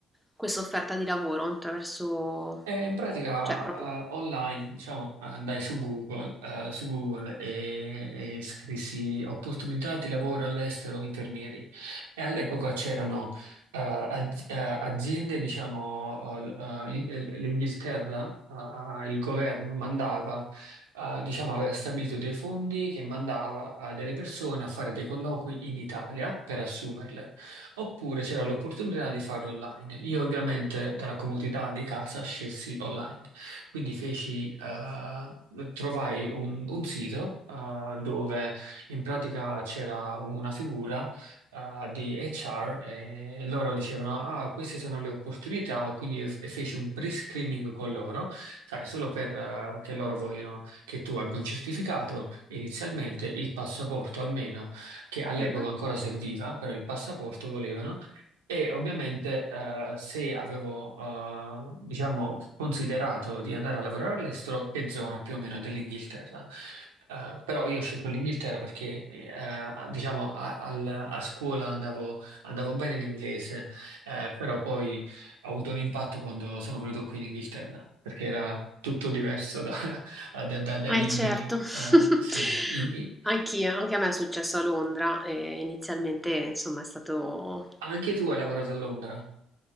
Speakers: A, in the centre; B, on the right.
A: questa offerta di lavoro? Attraverso...
B: E in pratica,
A: Cioè, proprio...
B: eh, online, diciamo, andai su Google, eh, su Google e, e scrissi opportunità di lavoro all'estero infermieri. E all'epoca c'erano eh, az- eh, aziende, diciamo, eh, l- eh, il- l'Inghilterra, eh, il governo mandava, eh, diciamo, aveva stabilito dei fondi che mandava a delle persone a fare dei colloqui in Italia per assumerle. Oppure c'era l'opportunità di farlo online. Io ovviamente dalla comodità di casa scelsi online. Quindi feci, eh, trovai un, un sito, eh, dove in pratica c'era una figura, eh, di HR e loro dicevano, ah, queste sono le opportunità, quindi f- feci un pre-screening con loro, sai, solo per, eh, che loro vogliono che tu abbia un certificato, inizialmente il passaporto almeno che all'epoca
A: Mhm.
B: ancora serviva, però il passaporto volevano. E ovviamente eh, se avevo, eh, diciamo, considerato di andare a lavorare all'estero, che zona più o meno dell'Inghilterra. Eh, però io ho scelto l'Inghilterra perché, eh, diciamo, a, al- a scuola andavo, andavo bene in inglese, eh, però poi ho avuto un impatto quando sono venuto qui in Inghilterra, perché era tutto diverso da- <laughs> da- da- dai
A: Eh,
B: libri.
A: certo. <laughs>
B: Eh, sì. In- in-
A: Anch'io, anche a me è successo a Londra e inizialmente, insomma, è stato
B: anche tu hai lavorato a Londra?